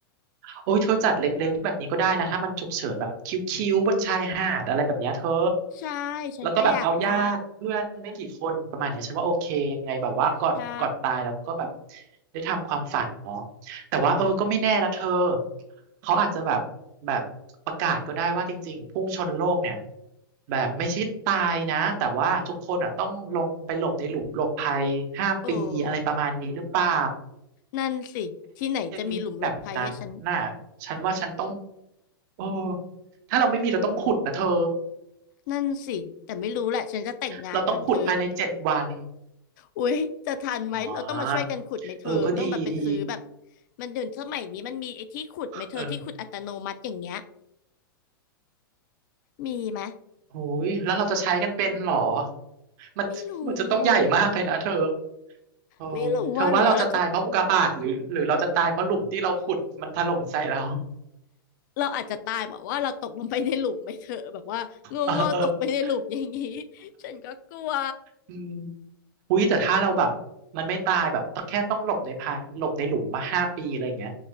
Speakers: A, on the right (about 50°); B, on the left (about 55°).
A: โอ้ยเธอจัดเล็กๆแบบนี้ก็ได้นะถ้ามันฉุกเฉินแบบคิ้วๆบนชายหาดอะไรแบบเนี้ยเธอ
B: ใช่ฉันก็อยากได้
A: แล้วก็แบบเอาญาติเพื่อนไม่กี่คนประมาณเนี้ยฉันว่าโอเคยังไงแบบว่าก่อนก่อนตายแล้วก็แบบ
B: ใช่
A: ได้ทำความฝันเนาะแต่ว่าเออก็ไม่แน่นะเธอเขาอาจจะแบบแบบประกาศก็ได้ว่าจริงๆพุ่งชนโลกเนี่ยแบบไม่ใช่ตายนะแต่ว่าทุกคนอ่ะต้องลงไปหลบในหลุมหลบภัยห้าปีอะไรประมาณนี้หรือเปล่า
B: โอ้นั่นสิที่ไหนจะมีหลุมรถภัยให้ฉัน
A: เป็นแบบนั้นน่ะฉันว่าฉันต้องโอ้ถ้าเราไม่มีเราต้องขุดนะเธอ
B: นั่นสิแต่ไม่รู้แหละฉันจะแต่งงานก่อนเธอ
A: เราต้องขุดภายในเจ็ดวัน
B: อุ๊ยจะทันไหมเราต้องมาช่วยกันขุดไหมเธอต้องแบบไปซื้อแบบ
A: อ๋อเออ ก็ดีดี
B: มันเดี๋ยวสมัยนี้มันมีไอ้ที่ขุดไหมเธอที่ขุดอัตโนมัติอย่างเงี้ย
A: เออ
B: มีไหม
A: โอ้ยแล้วเราจะใช้กันเป็นเหรอ มันมันจะต้องใหญ่มากเลยนะเธอ
B: ไม่รู้อ่ะ
A: เออเธอว่าเราจะตายเพราะอุกกาบาตหรือหรือเราจะตายเพราะหลุมที่เราขุดมันถล่มใส่เรา
B: ไม่รู้ว่าหรือว่าเราจะเราอาจจะตายแบบว่าเราตกลงไปในหลุมไหมเธอแบบว่าโง่ๆตกไปในหลุมอย่างงี้ฉันก็กลัว
A: เออ อืมอุ้ยแต่ถ้าเราแบบมันไม่ตายแบบแค่ต้องหลบในพาหลบในหลุมมาห้าปีอะไรอย่างเงี้ย